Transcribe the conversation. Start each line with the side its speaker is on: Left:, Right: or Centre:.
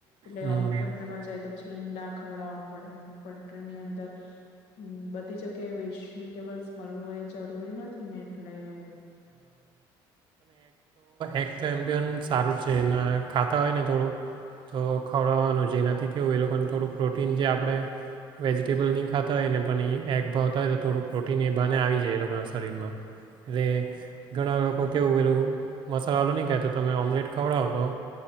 Left: એટલે
Right: હમ
Left: અમુક કન્ટ્રીમાં જાય તો પછી ઈંડા ખવડાવો પડે અમુક કન્ટ્રી ની અંદર બધી જગ્યાએ વેજટેબલ્સ મળવું એ જરૂરી નથી. ને એટલે
Right: એક તો એમબિયનસ સારું છે એના ખા તા હોય ને થોડું તો ખવડાવવાનું છે એનાથી કેવુંય એ લોકોને થોડું પ્રોટીન જે આપણે વેજીટેબલ નહી ખાતા હોય ને પણ એ એગ ભાવતા તો થોડું પ્રોટીન એ બાને આવી જાય એ લોકોના શરીરમાં એટલે ઘણા લોકો કેવું પેલું મ સાલા વાળું નહીં કહે તો તમે ઓમ્લેટ ખવડાવો તો